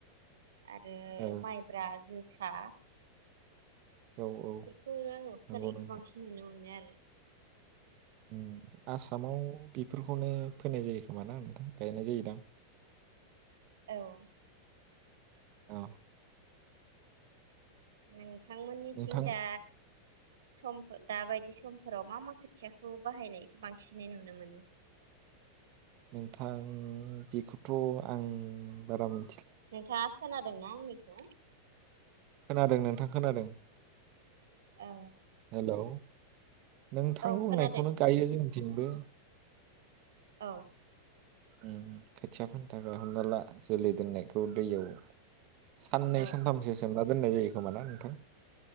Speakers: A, on the right; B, on the right.
A: आरो
B: औ
A: माइब्रा जोस सा
B: औ
A: बेफोरखौ
B: औ
A: आङो फोनायखौ
B: नंगौ नोंथां
A: बांसिन नुनो मोनो आरो।
B: उम आसामाव बेफोरखौनो फोनाय जायो खोमा ना नोंथां गायनाय जायोदां।
A: औ।
B: अ।
A: <unintelligible> नोंथांमोननिथिं
B: नोंथां
A: दा समफोर दाबायदि समफोराव मा मा खोथियाखौ बाहायनायखौ बांसिनै नुनो मोनो?
B: नोंथां बेखौथ' आं बारा मोन
A: नोंथाङा खोनादोंना आंनिखौ?
B: खोनादों नोंथां खोनादों।
A: औ
B: हेल'‌। नोंथां
A: औ
B: बुंनायखौनो
A: खोनादों
B: गायो जोंथिंबो।
A: औ
B: उम खोथिया थाखाय हमना ला जोलै दोननायखौ दैयाव साननै
A: औ
B: सानथामसो सोमना दोननाय जायो खोमा ना नोंथां?